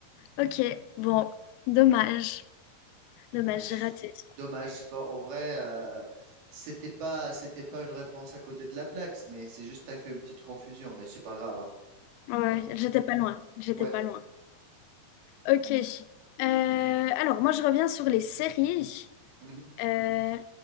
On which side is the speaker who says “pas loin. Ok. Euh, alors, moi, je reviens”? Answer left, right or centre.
Left